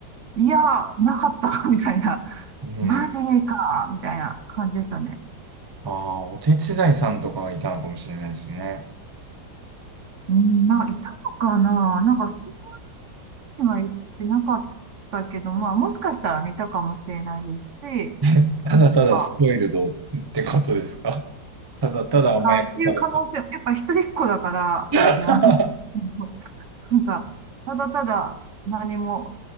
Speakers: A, on the right; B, on the right.
A: いや、なかった、<laughs> みたいな。
B: うん。
A: マジか、みたいな感じでしたね。
B: ああ、お手伝いさんとかがいたのかもしれないですね。
A: うん、なんかいたのかななんかそには言ってなかったけど、まあ、もしかしたら似たかもしれないですし、
B: <laughs> ただただスポイルドってことですか
A: ま
B: <laughs> ただただ甘やかされた。
A: あ、すあっていう可能性、やっぱ一人っ子だから、
B: <laughs>
A: あの、<laughs> なんか、ただただ何も、